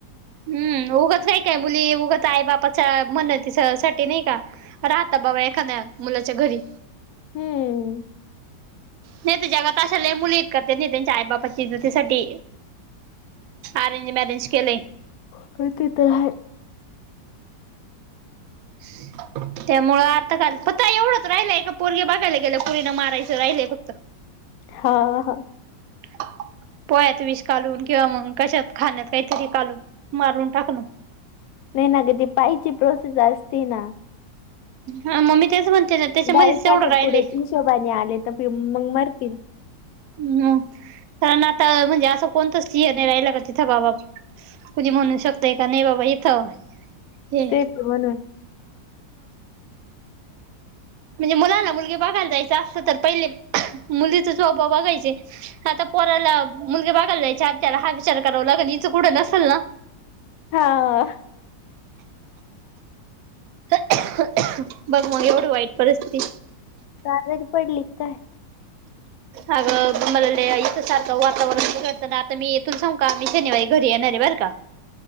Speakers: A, on the right; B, on the left.
A: हम्म उगंच नाही काय मुली उगच आई बापाच्या मनती साठी नाही का राहता बाबा एखाद मुलाच्या घरी
B: हम्म
A: नाही तुज्यागत अशा लय मुली हायत का त्यांच्या त्यांच्या आई बापा च्या इज्जती साठी अरेंज मॅरेज केलय
B: होय ते तर हाय
A: <inaudible> त्यामुळं आता काल फक्त एवढंच राहिलंय एका पोरगे बघायला गेल्याव पुरीना मारायचं राहिलंय फक्त. <inaudible>
B: हा हा
A: <inaudible> पोळ्यात विष कालवून किंवा मग कशात खाण्यात काहीतरी कालवून मारून टाकन.
B: नाही ना कधी पायची प्रोसेस असते ना
A: हा म-मी तेच म्हणते त्याच्यामध्येच
B: बारीक
A: तेवढं
B: साखरपुड्याच्या
A: राहिल.
B: हिशोबाने आले तर <unintelligible> मग मरतील
A: हम्म कारण आता म्हणजे असं कोणतचिय नाही राहिला का तिथं बाबा. कोणी म्हणू शकतय का नाही बाबा इथं हे
B: सेफ म्हणून
A: म्हणजे मुलाला मुलगी बघायला जायच असं तर पहिले मुलीचा स्वभाव बघायचे. आता पोराला मुलगी बघायला जायाच्यात हत त्याला हा विचार कराव लागन इचं कुठं नसेल ना.
B: हां
A: बघ मग एवढी वाईट परिस्थिती.
B: तर आजारी पडली काय?
A: अगं मला लय इथ सारखं वातावरण बिघडत आता मी येथून सांगु का मी शनिवारी घरी येणार आहे बर का. <inaudible>